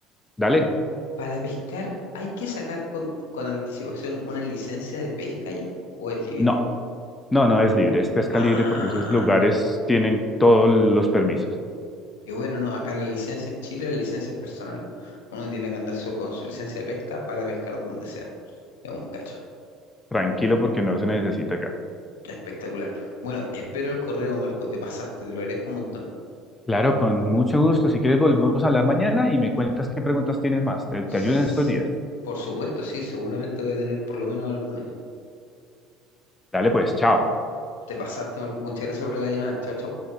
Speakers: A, on the left; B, on the left.
A: Dale.
B: Para pescar, ¿hay que sacar con, con anticipación una licencia de pesca ya o es libre?
A: No, no, no es libre, es pesca
B: Ah,
A: libre porque esos lugares tienen todos los permisos.
B: qué bueno, no, acá la licencia en Chile, la licencia es personal. Uno tiene que andar su- con su licencia de pesca para pescar donde sea. Es un cacho.
A: Tranquilo porque no se necesita acá.
B: Espectacular. Bueno, espero el correo, Marco, te pasaste, te lo agradezco un montón.
A: Claro, con mucho gusto. Si quieres, volvemos a hablar mañana y me cuentas qué preguntas tienes más. Te,
B: S-
A: te ayudo en estos días.
B: Por supuesto, sí, seguramente voy a tener por lo menos algunas.
A: Dale pues, chao.
B: Te pasaste, Marco, muchas gracias por la llamada. Chao, chao.